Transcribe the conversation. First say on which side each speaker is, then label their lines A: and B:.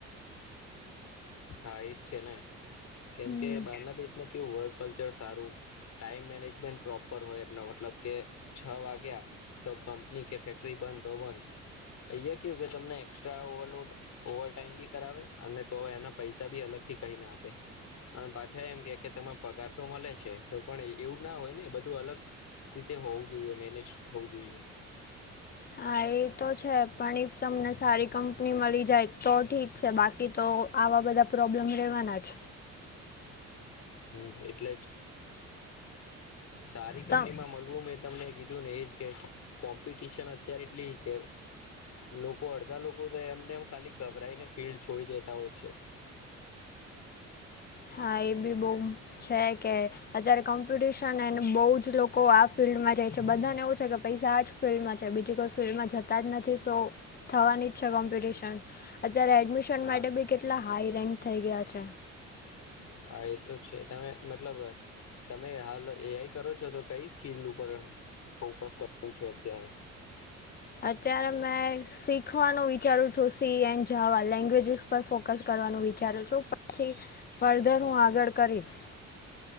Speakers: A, on the left; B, on the left.
A: હા એજ છે ને કેમ
B: હમ
A: કે બારના દેશમાં કેવું હોય કલ્ચર સારું ટાઈમ મેનેજમેન્ટ પ્રોપર હોય મતલબ કે છ વાગ્યા તો કંપની કે ફેક્ટરી બંધ હો બંધ કે તમને એસ્ટ્રા ઓવરલોડ ઓવર ટાઈમ બી કરાવે અને તો એના પૈસા બી અલગથી કહી ના આપે અને પાછા એમ કે કે તમે પગાર તો મળે છે તો પણ એવું ના હોય ને બધું અલગ રીતે હોવું જોઈએ મેનેજ થવું જોઈએ.
B: હા એ તો છે પણ ઈફ તમને સારી કંપની મળી જાય તો ઠીક છે બાકી તો આવા બધા પ્રોબ્લેમ રહેેવાના જ.
A: હમ એટલે જ સારી
B: ત
A: કંપનીમાં મળવું મે તમને કીધું ને એજ કે કોમ્પિટશન અત્યારે એટલી કે લોકો અડધા લોકો તો એમને એમ ખાલી ગભરાઈને ફિલ્ડ છોડી દેતા હોય છે.
B: હા એ બી બઉ છે કે અત્યારે કોમ્પિટિશનને બહુ જ લોકો આ ફિલ્ડમાં જાય છે બધાને એવું છે કે પૈસા આ જ ફિલ્ડમાં છે બીજી કોઈ ફિલ્ડમાં જતા જ નથી સો થવાની જ છે કોમ્પિટિશન અત્યારે એડમિશન
A: હા
B: માટે બી કેટલા હાઈ રેન્ક થઈ ગયા છે.
A: હા એ તો છે તમે મતલબ તમે હાલ એઆઈ કરો છો તો કઈ સ્કીલ ઉ પર ફોકસ કર્યું છે અત્યારે?
B: અત્યારે મેં શીખવાનું વિચારું છું સી એન્ જાવા લેંગ્વેજ પર ફોકસ કરવાનું વિચારું છું પછી ફળધર હું આગળ કરીશ.